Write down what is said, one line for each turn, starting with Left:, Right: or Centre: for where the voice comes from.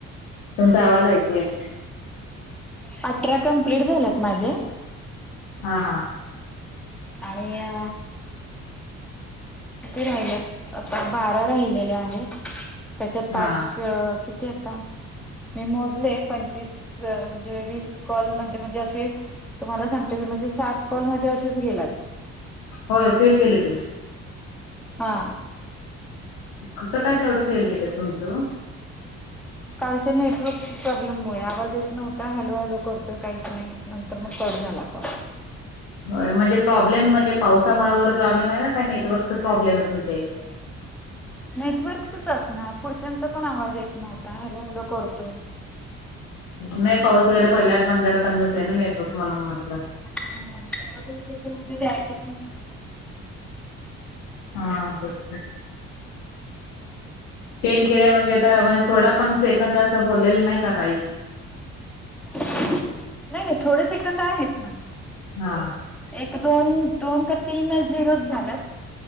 Left: तुमचा आवाज ऐकू येत नाही.
Centre: अठरा कंप्लीट झाल्यात माझे
Left: हा हा.
Centre: आणि अ किती राहिले आता बारा राहिलेले आहेत. त्याच्यात पाच
Left: हा
Centre: किती मी मोजले पंचवीस म्हणजे वीस कॉलमध्ये मध्ये असे तुम्हाला सांगते म्हणजे सात कॉल माझे असेच गेलात.
Left: होय फेल गेले ते.
Centre: हा.
Left: कसं काय तेवढं फेल गेलं तुमचं ओ
Centre: कालच्या नेटवर्क प्रॉब्लेममुळे आवाज येत नव्हता हॅलो हॅलो करतोय काहीच नाही. नंतर मग कट झाला कॉल
Left: होय, म्हणजे प्रॉब्लेम म्हणजे पावसामुळे वगैरे प्रॉब्लेम आहे काय नेटवर्कचा प्रॉब्लेम आहे तुमच्या इकडे
Centre: नेटवर्कचाच असणार पुढच्यांचा पण आवाज येत नव्हता हॅलो हॅलो करतोय!
Left: नाही पाऊस वगैरे पडल्यावर पण जरा कमी होतोय ना नेटवर्क म्हणून म्हटलं.
Centre: <unintelligible>
Left: हा ते की फेल के म्हणजे तर असं म्हणजे थोडा पण सेकंद असं बोललेलं नाही का काहीच
Centre: नाही नाही थोड सेकंद आहेत ना
Left: हा.
Centre: एक दोन, दोन का तीन झिरोच झाल्यात.